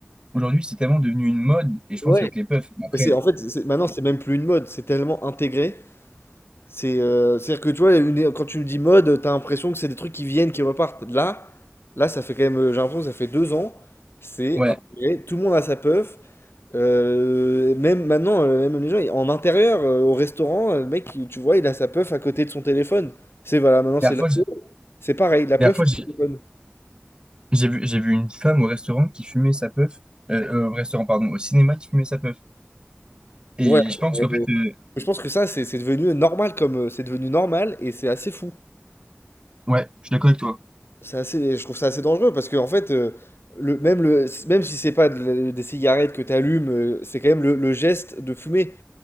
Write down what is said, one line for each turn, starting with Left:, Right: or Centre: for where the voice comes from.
Right: aujourd'hui, c'est tellement devenu une mode, et je
Left: Ouais.
Right: pense qu'avec les puffs, après,
Left: Mais c'est, en fait, c'est- maintenant c'est même plus une mode, c'est tellement intégré C'est euh, c'est-à-dire que tu vois, une- quand tu me dis mode, t'as l'impression que c'est des trucs qui viennent, qui repartent. Là, là, ça fait quand même, euh, j'ai l'impression que ça fait deux ans, c'est
Right: ouais,
Left: intégré, tout le monde a sa puff. Euh, même maintenant, euh, même les gens, ils- en intérieur, euh, au restaurant, euh, le mec, il- tu vois, il a sa puff à côté de son téléphone. C'est voilà, maintenant
Right: la
Left: c'est
Right: dernière
Left: la,
Right: fois, j'ai-
Left: c'est pareil, la
Right: dernière
Left: puff.
Right: fois, j'ai
Left: et téléphone.
Right: j'ai vu, j'ai vu une femme au restaurant qui fumait sa puff, euh, euh, au restaurant, pardon, au cinéma qui fumait sa puff. Et
Left: Ouais.
Right: je pense
Left: Euh,
Right: qu'en fait, euh,
Left: je pense que ça, c'est c'est devenu normal comme, euh, c'est devenu normal et c'est assez fou.
Right: ouais, je suis d'accord avec toi.
Left: C'est assez, je trouve ça assez dangereux parce que en fait, euh, le, même, le, même si c'est pas de- des cigarettes que tu allumes, c'est quand même le, le geste de fumer.